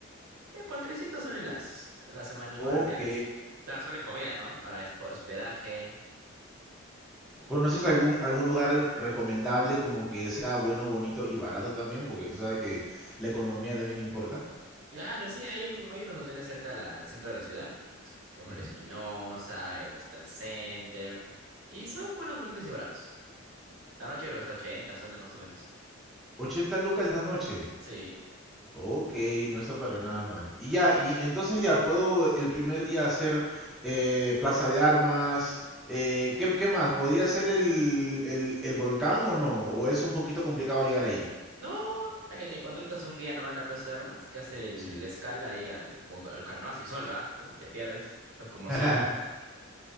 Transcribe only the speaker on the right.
Mira, Con 300 soles la haces a la semana.
Ahora me haces. Claro, solo en comida, ¿no? Ahora es po- hospedaje.
Claro, sí, hay, un, hay unos hoteles cerca de la- al centro de la ciudad, como
el Espinosa, el Hostel Center. Y son buenos, bonitos y baratos. La noche creo que está 80, soles más o menos.
Sí.
No, hasta que te contratas un guía nomás en la Plaza de Armas, que hace el-
la escala ahí al bongo, al can- no así solo, ¿ah? Puta, Te pierdes, pues como
Ciro.